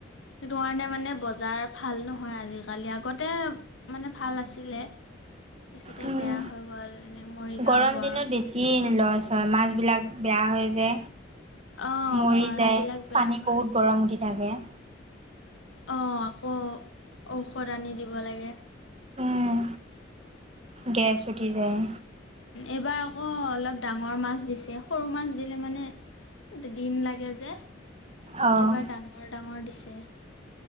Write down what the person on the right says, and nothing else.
উম,
গৰম
দিনত বেছি লছ হয় মাছবিলাক বেয়া হয় যে।
মৰি
যায়
পানী
বহুত গৰম উঠি থাকে।
উম গেছ উঠি যায়।
অ',